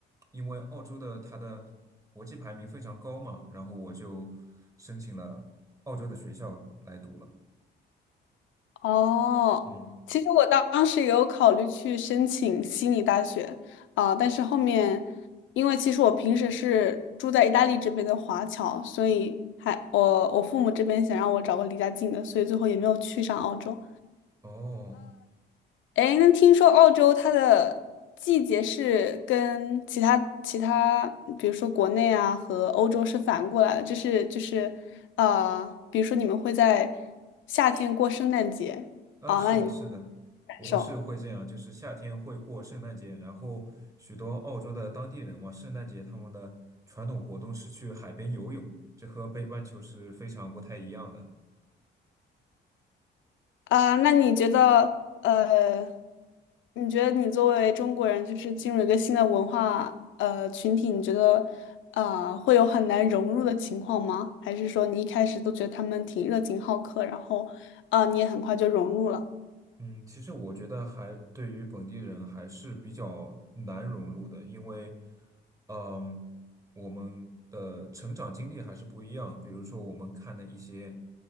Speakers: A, on the right; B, on the left.
A: 因为澳洲的它的国际排名非常高嘛，然后我就申请了澳洲的学校来读了，
B: 哦，
A: 嗯。
B: 其实我当时也有考虑去申请悉尼大学啊，但是后面，因为其实我平时是住在意大利这边的华侨，所以还我我父母这边想让我找个离家近的，所以最后也没有去上澳洲。
A: 哦，
B: 哎，那听说澳洲它的季节是跟其他其他，比如说国内啊和欧洲是反过来的，就是就是呃，比如说你们会在夏天过圣诞节啊，
A: 啊，是的，
B: 那你
A: 是的，
B: 感受？
A: 我们是会这样，就是夏天会过圣诞节，然后许多澳洲的当地人嘛，圣诞节他们的传统活动是去海边游泳，这和北半球是非常不太一样的。
B: 啊，那你觉得，呃，你觉得你作为中国人，就是进入一个新的文化呃群体，你觉得呃会有很难融入的情况吗？还是说你一开始都觉得他们挺热情好客，然后啊，呃你也很快就融入了？
A: 嗯，其实我觉得还对于本地人还是比较难融入的，因为，嗯，我们的成长经历还是不一样。比如说我们看的一些，